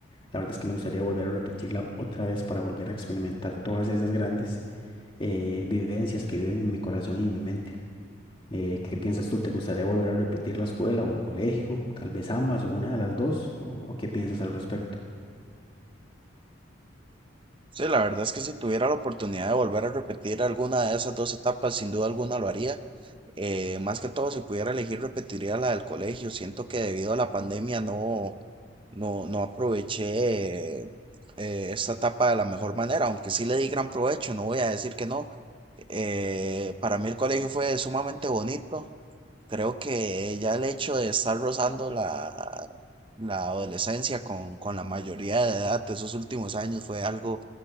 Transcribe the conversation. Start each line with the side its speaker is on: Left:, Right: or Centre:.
Left: La verdad es que me gustaría volver a repetirla otra vez para volver a experimentar todas esas grandes eh, vivencias que viven en mi corazón y en mi mente. Eh, ¿qué piensas tú? ¿Te gustaría volver a repetir la escuela o el colegio? Tal vez ambas o una de las dos. ¿O o qué piensas al respecto?
Right: Sí, la verdad es que si tuviera la oportunidad de volver a repetir alguna de esas dos etapas, sin duda alguna lo haría. Eh, más que todo, si pudiera elegir, repetiría la del colegio. Siento que debido a la pandemia no, No, no aproveché eh, esta etapa de la mejor manera, aunque sí le di gran provecho, no voy a decir que no. Eh, para mí el colegio fue sumamente bonito. Creo que ya el hecho de estar rozando la, la adolescencia con, con la mayoría de edad de esos últimos años fue algo